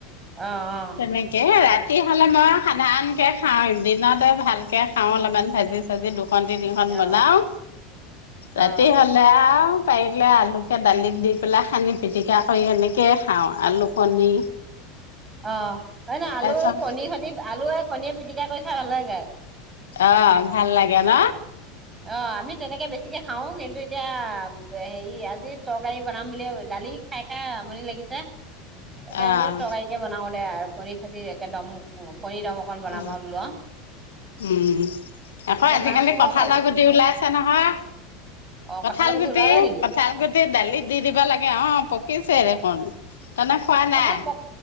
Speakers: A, on the right (about 20°); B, on the left (about 75°).
A: অ অ
B: তেনেকে ৰাতি হ'লে মই সাধাৰণকে খাওঁ দিনতে ভালকে খাও অলপমান ভাজি চাজি দুখন তিনিখন
A: অ অ
B: বনাও ৰাতি
A: অ
B: হলে আও পাৰিলে আলুকে দালিত দি পেলাই সানি পিটিকা কৰি এনেকে খাওঁ, আলু কণী।
A: অ হয় নাই আলু
B: তাৰপিছত
A: কণী সৈতি আলু কণীয়ে পিটিকা কৰি খাই ভাল লাগে।
B: অ ভাল লাগে ন
A: অ আমি তেনেকে বেছিকে খাও কিন্তু এতিয়া হেৰি আজি তৰকাৰী বনাম বুলি দালি খাই খাই আমনি লাগিছে। তাকে
B: অ'
A: বোলো তৰকাৰী কে বনাও দে আৰু কণীৰ সৈতি একে দম, কণী দম অকন বনাম
B: অ
A: আৰু বোলো আৰু
B: উম। আকৌ
A: মানে
B: আজিকালি
A: মাছ খোপাও
B: কঠালৰ
A: খাব
B: গুটি ওলাইছে নহয়,
A: অ
B: কঠাল
A: কঁঠালৰ
B: গুটি
A: ওলালে নেকি
B: কঠাল গুটি দালিত দি দিব লাগে, অ পকিছে দেখোন, তেনে খোৱা
A: কঁঠাল
B: নাই
A: প,